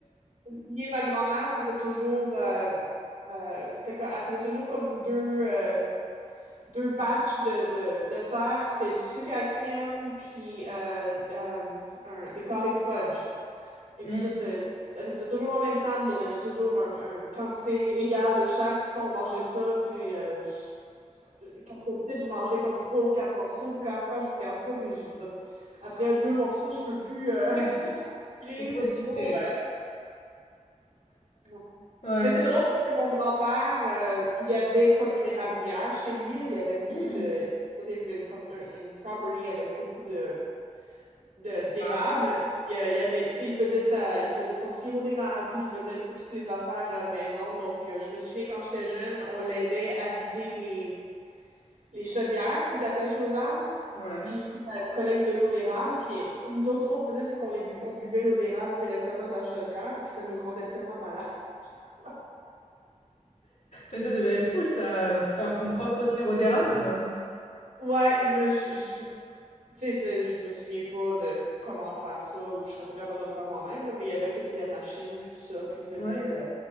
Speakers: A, on the right; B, on the left.
A: Bien, ma grand-mère faisait toujours. euh, euh, c'était, co- elle faisait toujours comme deux, euh, deux batchs de, de dessert. C'était du sucre à crème, puis euh, euh, un- des carrés de fudge. Et
B: <laughs>
A: puis
B: mmh,
A: ça, c'est, elle les faisait toujours en même temps, puis il y en avait toujours un- un- une quantité égale de chaque. Puis ça, on mangeait ça, tu sais. euh, je- Quand j'étais petite, je mangeais comme trois ou quatre morceaux. Puis là, à ce temps, je regarde ça, puis je- je- après deux morceaux, je peux plus. euh,
B: ouais,
A: <laughs> c'est trop sucré,
B: c'est trop
A: c'est
B: sucré.
A: trop. euh,
B: Ouais.
A: mais c'est drôle parce que mon grand-père, euh, il y avait comme une érablière chez lui, là. Il y avait beaucoup
B: Mmh,
A: de... Il y avait une, prop- un- une property avec beaucoup de, de- d'érable.
B: d'érable,
A: Il, y il y avait, tu sais, il faisait sa, il faisait son sirop d'érable, puis il faisait, tu sais, toutes les affaires euh, maison. Donc, euh, je me souviens quand j'étais jeune, on l'aidait à vider les, les chaudières qui étaient attachées aux arbres,
B: ouais.
A: puis tu sais, ça collecte de l'eau d'érable. Puis euh, nous autres, ce qu'on faisait, c'est qu'on les bu- on buvait l'eau d'érable directement de la chaudière, puis ça nous rendait tellement malades. <laughs>
B: Mais ça devait être cool ça, faire son propre sirop d'érable,
A: Ouais, je me, suis- je, tu sais, c'est- je me souviens pas de comment faire ça ou je serais pas capable de le faire moi-même, là, mais il y avait toutes les machines puis tout ça, puis il faisait.
B: ouais.
A: euh,